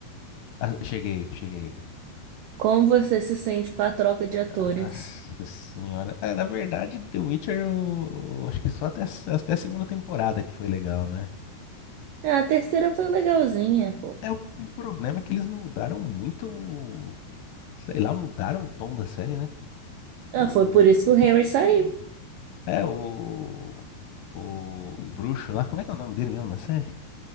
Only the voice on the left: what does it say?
Ah, cheguei, cheguei.
Nossa senhora. É, na verdade, The Witcher, eu, eu acho que só até, até a segunda temporada que foi legal, né?
É, o, o problema é que eles mudaram muito. o- Sei lá, mudaram o tom da série, né?
O.
É, o. O, o bruxo lá, como é que é o nome dele mesmo na série?